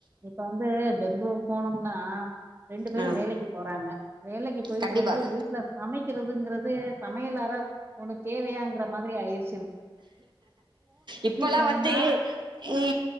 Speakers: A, on the right; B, on the right.
A: இப்ப வந்து பெங்களூர் போனோம்னா ரெண்டு பேரு
B: ஆ
A: வேலைக்கு போறாங்க வேலைக்கு போயிட்டு
B: கண்டிப்பா
A: வந்து வீட்ல சமைக் க்றதுங்கறது து சமையலற ஒனக் தேவையாங்கற மாதிரி ஆயிருச்
B: இப்பல்லா
A: சொன்னா
B: வந்து இ